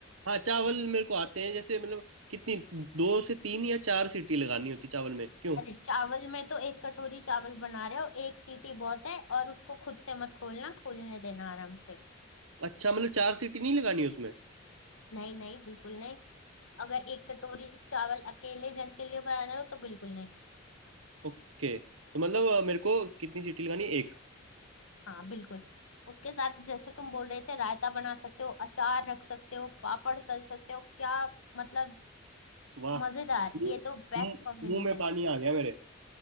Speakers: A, on the right; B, on the left.
A: हाँ चावल मेरे को आते हैं जैसे मतलब कितनी दो से तीन या चार सीटी लगानी होती चावल में क्यों
B: अरे चावल में तो एक कटोरी चावल बना रहे हो एक सीटी बहुत है और उसको खुद से मत खोलना खोलने देना आराम से
A: अच्छा मतलब चार सीटी नहीं लगानी उसमें
B: नहीं नहीं बिल्कुल नहीं अगर एक कटोरी चावल अकेले जन के लिए बना रहे हो तो बिल्कुल नहीं
A: ओके तो मतलब अ, मेरे को कितनी सीटी लगानी एक
B: हाँ बिल्कुल उसके साथ जैसे तुम बोल रहे थे रायता बना सकते हो अचार रख सकते हो पापड़ तल सकते हो क्या मतलब
A: वाह
B: मजेदार
A: मुंह
B: ये तो बेस्ट
A: मुंह-
B: कॉम्बिनेशन
A: मुंह में पानी आ गया मेरे